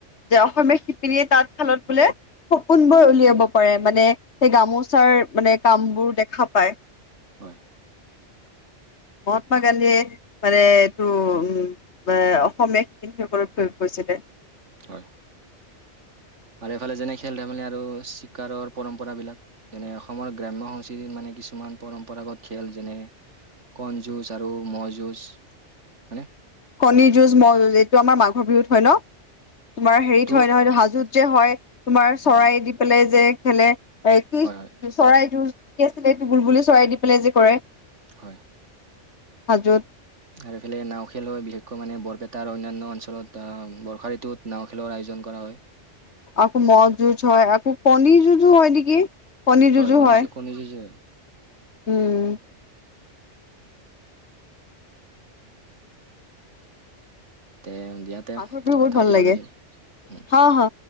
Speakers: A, on the left; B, on the right.
A: যে অসমীয়া শিপিনীয়ে তাত শালত বোলে। সপোনবোৰ উলিয়াব পাৰে। মানে সেই গামোচাৰ মানে কাম বোৰ দেখা পায়।
B: হয়।
A: মহাত্মা গান্ধী। মানে এইটো উম অসমীয়া শিপিনীসকলক প্ৰয়োগ কৰিছিলে।
B: হয়। আৰু এফালে যেনে খেল-ধেমালি আৰু চিকাৰৰ পৰম্পৰা বিলাক যেনে অসমৰ গ্ৰাম্য সংস্কৃতিৰ মানে কিছুমান পৰম্পৰাগত খেল যেনে কণী যুজ আৰু মহ' যুজ হয়নে?
A: কণিৰ যুঁজ মহ' যুঁজ এইটো আমাৰ মাঘৰ বিহুত
B: অ
A: হয় ন। তোমাৰ হেৰিত
B: এইটো
A: হয় নহয়? হাজোত যে হয় তোমাৰ চৰাই
B: অ',
A: দি পেলাই যে। খেলে এ কি
B: হয়, হয়,
A: চৰাই যোৰি আছিলেটো বুলবুলি চৰাই দি পেলাই যে কৰে।
B: হয়।
A: হাজোত।
B: আৰু এইফালে নাও খেল হয় বিশেষকৈ মানে বৰপেটাৰ অন্যান্য অঞ্চলত আহ বৰ্ষা ঋতুত নাও খেলৰ আয়ো। জন কৰা হয়।
A: আকৌ মহ যুঁজ হয় আকৌ কনীৰ যুঁজো হয় নেকি। কণীৰ যুঁজু
B: কণী
A: হয়
B: যুঁজ, কণী যুঁজ হয়।
A: উম।
B: তে দিয়া তে
A: আ বহুত
B: কথা
A: ভাল
B: পাতি
A: লাগে
B: লাগিল, উম,
A: হ হা